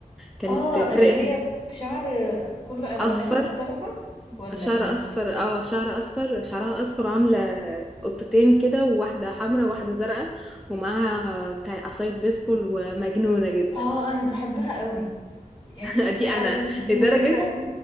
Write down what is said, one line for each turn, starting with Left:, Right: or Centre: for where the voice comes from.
Centre: كانت
Left: اه
Centre: فرقه
Left: اللي هي بشعر كله الوانات
Centre: اصفر
Left: مختلفة ولا
Centre: شعر
Left: ايه
Centre: اصفر اه شعر اصفر شعرها اصفر وعامله قطتين كده وواحده حمراء وواحده زرقاء ومعاها بتاع عصايه بيسبول ومجنونه جدا
Left: اه انا بحبها قوي يعني
Centre: <laughs> دي
Left: آه،
Centre: انا
Left: دي دي
Centre: لدرجه
Left: مجنونة